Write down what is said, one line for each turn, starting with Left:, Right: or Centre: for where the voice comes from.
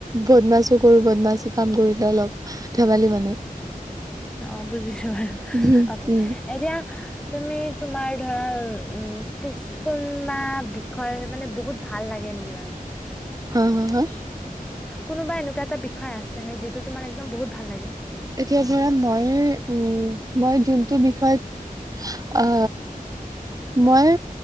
Right: বদমাছো কৰো, বদমাছি কাম কৰিলে অলপ ধেমালি মানে।
Centre: অ বুজিছো বাৰু
Right: উম
Centre: অকে'
Right: উম
Centre: এতিয়া তুমি, তোমাৰ ধৰা, উম, কিচ কুল না বিষয়ে মানে বহুত ভাল লাগে থাকে নিকি বাৰু
Right: হা-হা-হা
Centre: কোনোবা এনেকুৱা এটা বিষয় আছে নে, যিটো তোমাৰ, একদম বহুত ভাল লাগে।
Right: এতিয়া ধৰা মই, উম, মই যোনটো বিষয়ত অ। মই,